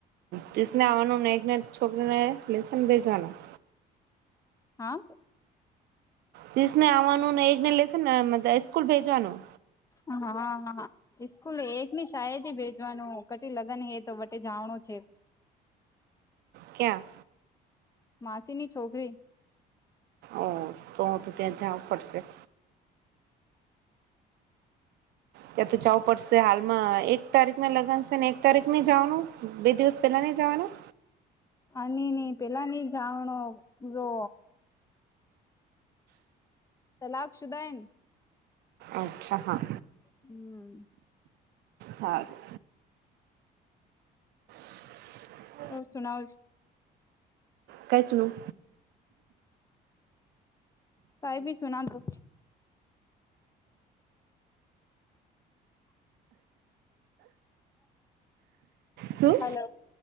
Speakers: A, on the right; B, on the left.
A: તીસને આવાનું ને છોકરીને લેસન ભેજવાનું
B: હા
A: ત્રીસ ને આવાનું ને એકને લેશે ને સ્કૂલ ભેજવાનું?
B: હાહા હા હા ઇસકૂલે એક ની શાયથી ભેજવાનું કટ લગ્ન હે તો વટે જાવાણું છે.
A: ક્યા?
B: માસી ની છોકરી.
A: ઓ તો તો ત્યાં જાવું પડશે. ત્યાં તો જાવું પડશે. હાલમાં એક તારીખને લગનશે ને એક તારીખ ને જાવાનું બે દિવસ પેલા ની જાવાનું?
B: આ ની ની પેલા ની જાવણો જો તલાક શુદા એન
A: અચ્છા હા
B: હમ
A: હારું <inaudible>
B: ઓ સુનાઓ જ
A: કઈ સુનું
B: કઈ ભી સુનાં દો
A: શું
B: હલો.